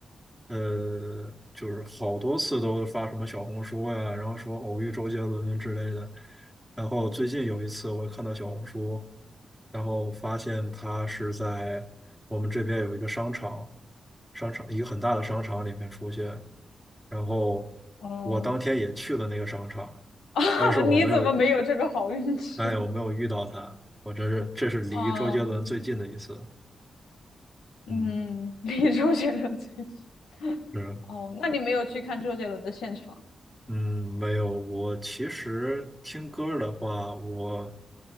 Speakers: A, in the centre; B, on the left.
A: 呃，就是好多次都发什么小红书呀、然后说偶遇周杰伦之类的。然后最近有一次，我看到小红书，然后发现他是在我们这边有一个商场，商场一个很大的商场里面出现。然后
B: 哦，
A: 我当天也去了那个商场，
B: <laughs> 啊，
A: 但是我没有，
B: 你怎么没有这个好运气？
A: 哎，我没有遇到他。我真是，这是离周杰伦最近的一次。
B: 哦，
A: 嗯，
B: 嗯，<laughs> 离周杰伦最近。<laughs>
A: 是，
B: 哦，那你没有去看周杰伦的现场？
A: 嗯，没有。我其实听歌儿的话，我